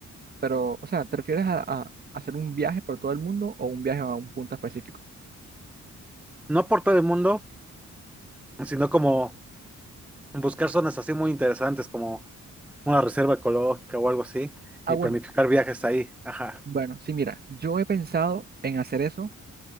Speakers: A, on the right (about 30°); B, in the centre.
A: Pero, o sea, ¿te refieres a, a hacer un viaje por todo el mundo o un viaje a un punto específico?
B: No por todo el mundo, sino como buscar zonas así muy interesantes, como una reserva ecológica o algo así,
A: Ah,
B: y
A: bueno,
B: planificar viajes ahí. Ajá.
A: bueno, sí, mira, yo he pensado en hacer eso